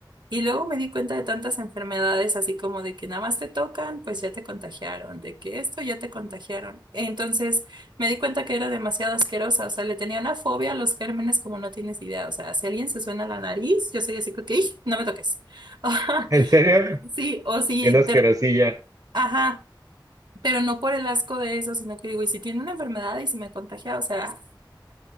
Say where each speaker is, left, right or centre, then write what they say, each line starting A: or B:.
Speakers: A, on the right (about 65°); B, on the right (about 40°).
A: Y luego me di cuenta de tantas enfermedades, así como de que nada más te tocan, pues ya te contagiaron, de que esto ya te contagiaron. Entonces me di cuenta que era demasiado asquerosa, o sea, le tenía una fobia a los gérmenes como no tienes idea. O sea, si alguien se suena la nariz, yo soy así, como que "Ih, no me toques. <laughs>
B: ¿En serio?
A: Sí, o si,
B: Bien asquerosilla.
A: te- ajá, pero no por el asco de eso, sino que digo, y si tiene una enfermedad y si me contagia, o sea.